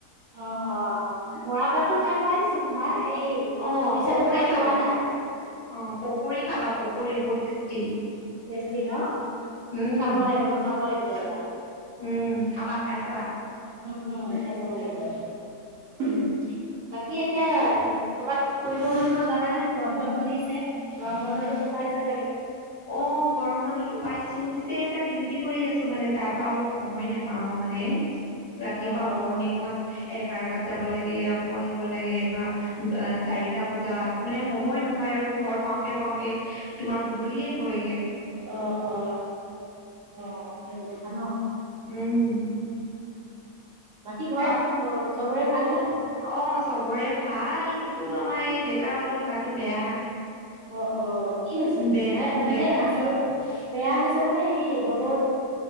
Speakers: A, on the right; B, on the left.
A: অ, অ। মৰাপাটটো খাই পাইছো তোমাৰ। এই
B: অ
A: মৰিছাটো
B: পকৰী
A: খাই
B: খাবা
A: পোৱা নাই।
B: অ পকৰী খাবা, পকৰী বহুত টেষ্টি।
A: টেষ্টি ন?
B: উম
A: খাব লাগিব খাব লাগিব এবাৰ।
B: উম খাবা খাই চাবা
A: উম উম দেখাই চাব লাগিব। বাকী এতিয়া কৰ'বাত ফুৰিব মেনিব যাবা নে বন্ধটো দিছে গৰম বন্ধটো নাপায়। ছে চাগে।
B: অ গৰম বন্ধতো পাইছো পিছে এটা ডিউটি কৰি আছো মানে তাৰ পৰা অলপ সময় নেপাও মানে। ৰাতিপুৱা
A: অ অ
B: মৰ্ণিঙত এঘাৰটাত যাব লাগে, আকৌ আহিব লাগে। এঘা চাৰি বজাত মানে সময় নহয় আৰু ঘৰ পাওঁতে পাওঁতে তোমাৰ গূধল- বুলিয়ে হৈ
A: অ অ অ সেইটো কথা ন।
B: উম।
A: বাকী ঘৰত
B: তাপ,
A: অ চবৰে ভালনে
B: অ চবৰে ভাল। কিন্তু আমাৰ এই দেতা অলপ গাটো বেয়া।
A: অ অ কি হৈছে নো?
B: দে
A: আৰে মানে
B: দেউতা
A: আচলতে বেয়া হৈছে মানে সেই বস্ত-